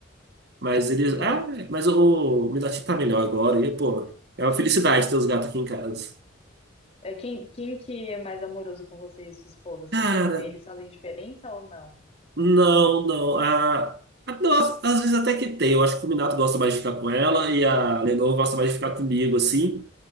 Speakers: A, on the right; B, on the left.
A: Mas ele,
B: Mas
A: ah, mas o, o Midati tá melhor agora. E pô, é uma felicidade ter os gatos aqui em casa.
B: é, quem, quem que é mais amoroso com você e sua esposa? Assim,
A: Cara,
B: tem, tem- eles fazem diferença ou não?
A: Não, não. A, a- não, às às vezes até que tem. Eu acho que o Minato gosta mais de ficar com ela e a Lenor gosta mais de ficar comigo, assim.